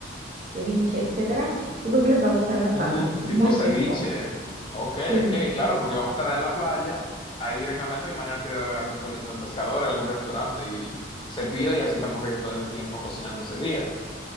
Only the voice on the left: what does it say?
Uh,
tipo ceviche.
Ok,
ok, claro, porque vamos a estar en la playa. Ahí directamente me imagino que debe haber algún pueblito de pescadores, algún restaurante y se pide y así tampoco hay que perder tiempo cocinando ese día.